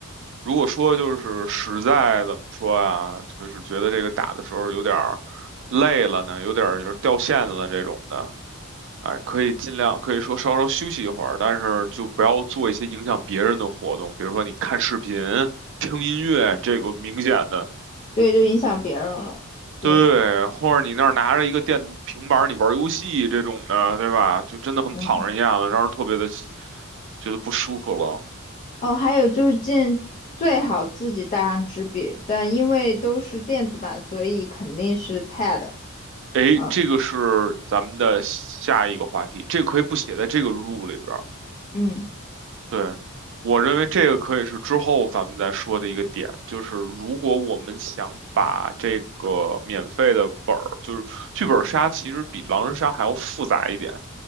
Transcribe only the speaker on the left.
对，就影响别人了。对，
嗯。
哦，还有就是尽最好自己带上纸笔，但因为都是电子版，所以肯定是 pad。
嗯
嗯，